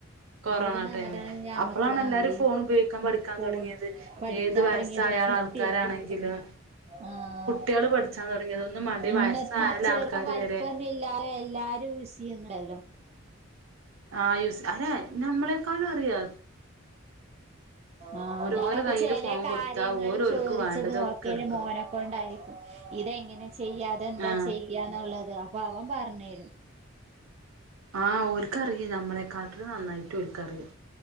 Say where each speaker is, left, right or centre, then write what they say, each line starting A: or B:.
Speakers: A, on the right; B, on the right.
A: കൊറോണ
B: അവിടുന്ന്
A: ടൈമില്
B: അങ്ങട്ടാണ് ഞമ്മക്ക്
A: അപ്പളാണെല്ലാരും
B: ആ ഈ
A: ഫോൺ ഉപയോഗിക്കാൻ പഠിക്കാൻ
B: പോ
A: തുടങ്ങിയത്
B: പഠിക്കാൻ
A: ഏത് വയസായ
B: തുടങ്ങിയതും കുട്ടിയ
A: യാൾക്കാരാണെങ്കിലും
B: ആഹ്
A: കുട്ടികള് പഠിച്ചാൻ തുടങ്ങിയത് ഒന്നും വേണ്ട
B: ഇന്നത്തെ
A: വയസ്സായാല
B: അ ചെറുപ്പം
A: ആൾക്കാര്
B: വലിപ്പംന്നില്ലാതെ
A: വരെ
B: എല്ലാരും യൂസെയ്യുന്നല്ലോ <inaudible>
A: ആ യൂസ് അയന്നെ നമ്മളെക്കാളറിയാ
B: ആഹ്
A: ഓല്
B: ഞാനൊക്കെ
A: ഓലെ കയ്യില്
B: ചെലെ
A: ഫോൺ
B: കാര്യങ്ങള്
A: കൊടുത്താ ഓല് ഓൽക്ക്
B: ചോദിച്ചപ്പിതോക്കെയല്ലേ
A: വേണ്ടത് ഒക്കെ എടുക്കും
B: ന്റെ മോനെക്കൊണ്ടായിരിക്കും ഇതെങ്ങനെ ചെയ്യാ അതെന്താ
A: ആ
B: ചെയ്യാന്നുള്ളത് അപ്പൊ അവൻ പറഞ്ഞ്തരും
A: ആഹ് ഓൽക്കറിയ നമ്മളെക്കാട്ടില് നന്നായിട്ട് ഓൽക്കറിയാം